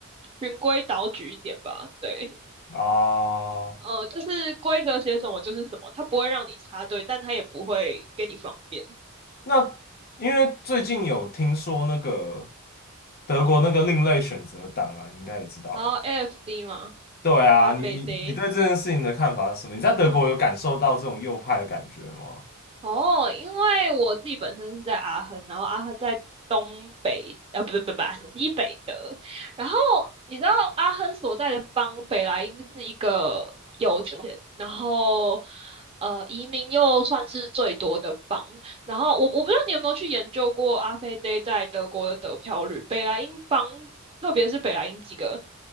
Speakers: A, on the right (about 25°); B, on the left (about 45°).
A: 循规蹈矩一点吧。对，
B: <laughs> 哦，
A: 呃，就是规则写什么就是什么，它不会让你插队，但它也不会给你方便。
B: 那因为最近有听说那个德国那个另类选择党啊，你应该也知道吧？
A: 然后 AFD 嘛，
B: 对啊，
A: 咖啡
B: 你你你对这件事情的看法是什么？
A: day。
B: 你在德国有感受到这种右派的感觉吗？
A: 哦，因为我自己本身是在阿亨，然后阿亨在东北，啊，不对不对不 <laughs> 西北的。然后你知道阿亨所在的邦北莱茵是一个油田，然后呃移民又算是最多的邦。然后我我不知道你有没有去研究过阿飞 d 在德国的得票率，北莱茵邦，特别是北莱茵几个